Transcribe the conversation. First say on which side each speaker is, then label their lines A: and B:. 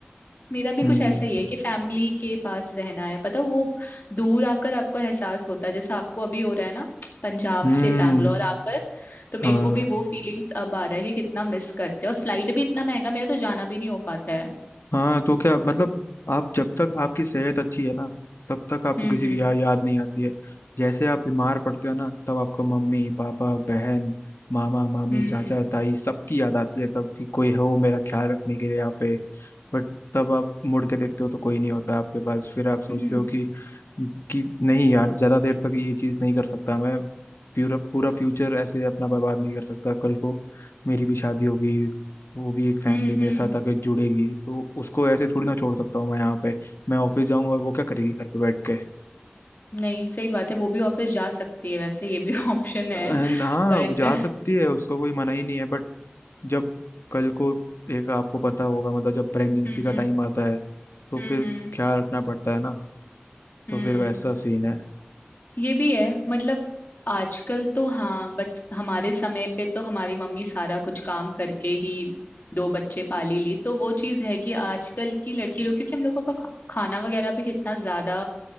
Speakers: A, on the left; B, on the left.
A: मेरा भी
B: हम्म
A: कुछ ऐसा ही है कि फैमिली के पास रहना है पता है, वो दूर आकर आपको एहसास होता है जैसे आपको अभी हो रहा है ना पंजाब
B: हम्म
A: से बैंगलोर आकर तो मेरे
B: हाँ
A: को भी वो फीलिंग्स अब आ रहा है कि कितना मिस करते हैं और फ्लाइट भी इतना महंगा मेरा तो जाना भी नहीं हो पाता है
B: हाँ तो क्या मतलब आप जब तक आपकी सेहत अच्छी है ना तब तक आपको
A: हम्म
B: किसी
A: हम्म
B: की या, याद नहीं आती है जैसे आप बीमार पड़ते हो ना तब आपको मम्मी पापा बहन मामा मामी
A: हम्म
B: चाचा ताई सबकी याद आती है तब कि कोई हो मेरा ख्याल रखने के लिए यहाँ पे बट तब आप मुड़ के देखते हो तो कोई नहीं होता आपके पास फिर आप सोचते
A: हम्म
B: हो कि कि नहीं यार ज्यादा देर तक ये चीज नहीं कर सकता मैं पूरा पूरा फ्यूचर ऐसे अपना बर्बाद नहीं कर सकता कल को मेरी भी शादी होगी वो भी एक फैमिली
A: हम्म
B: मेरे
A: हम्म,
B: साथ आके जुड़ेगी तो उसको ऐसे थोड़ी ना छोड़ सकता हूँ मैं यहाँ पे मैं ऑफिस जाऊंगा और वो क्या करेगी घर पे बैठ के
A: नहीं सही बात है वो भी ऑफिस जा सकती है वैसे ये भी <laughs> ऑप्शन है
B: अ, हाँ
A: बट
B: वो जा सकती है उसको कोई मना ही नहीं है बट जब कल को एक आपको पता होगा मतलब जब प्रेगनेंसी
A: हम्म
B: का
A: हम्म
B: टाइम आता है तो
A: हम्म
B: फिर
A: हम्म
B: ख्याल रखना पड़ता है ना तो
A: हम्म
B: फिर वैसा सीन है
A: ये भी है मतलब आजकल तो हाँ बट हमारे समय पे तो हमारी मम्मी सारा कुछ काम करके ही दो बच्चे पाली ली तो वो चीज है कि आजकल की लड़की लोग क्योंकि हम लोगों का खा, खाना वगैरह भी कितना ज्यादा